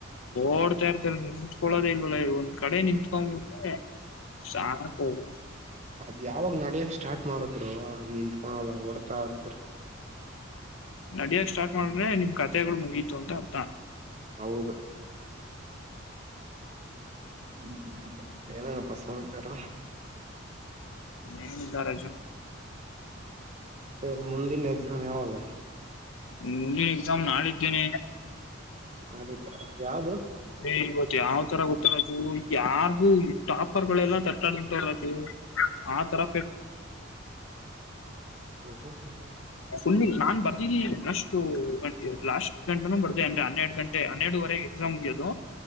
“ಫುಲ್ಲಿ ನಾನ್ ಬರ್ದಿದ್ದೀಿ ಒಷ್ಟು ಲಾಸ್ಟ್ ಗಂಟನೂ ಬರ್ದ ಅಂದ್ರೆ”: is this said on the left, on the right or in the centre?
Left